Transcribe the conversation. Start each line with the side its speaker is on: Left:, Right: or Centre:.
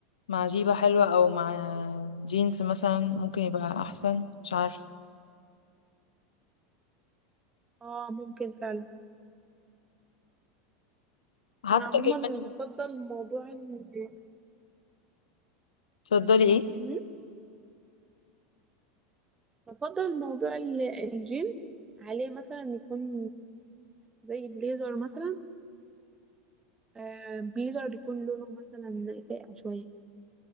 Left: مع جيبة حلوة او مع جينز مثلا ممكن يبقى احسن مش عارفة
Right: اه ممكن فعلا
Left: حتى
Right: انا عموما
Left: كمان
Right: بفضل موضوع ال-
Left: تفضلي ايه
Right: مم، بفضل موضوع ال- الجينز عليه مثلا يكون زي بليزر مثلا آه، بليزر يكون لونه مثلا فاقع شوية